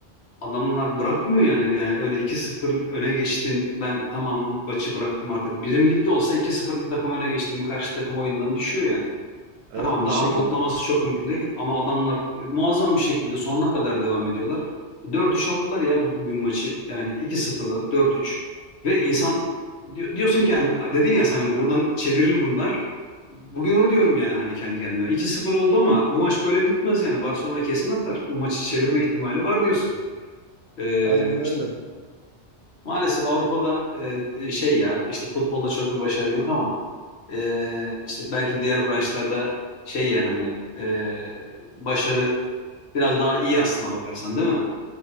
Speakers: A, on the left; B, on the right.
A: adamlar bırakmıyor yani. Yani öyle iki sıfır öne geçtin. Ben tamam maçı bıraktım artık. Bizim ligde olsa iki sıfır bir takım öne geçtim. mi Karşı takım oyundan düşüyor yani.
B: Evet
A: Tamam
B: bir
A: daha
B: şekilde.
A: onu toplaması çok mümkün değil ama adamlar e, muazzam bir şekilde sonuna kadar devam ediyorlar. Dört üç aldılar ya bu- bugün maçı. Yani iki sıfır'dan dört üç ve insan di- diyorsun ki yani dedin ya sen hani buradan çevirir bunlar. Bugün onu diyorum yani hani kendi kendime. 2 sıfır oldu ama bu maç böyle bitmez yani. Barcelona kesin atar. Bu maçı çevirme ihtimali var diyorsun. Ee,
B: Aynen öyle.
A: işte maalesef Avrupa'da e, e, şey ya işte futbolda çok bir başarı yok ama ee, işte belki diğer branşlarda şey yani hani ee, başarı biraz daha iyi aslına bakarsan değil mi?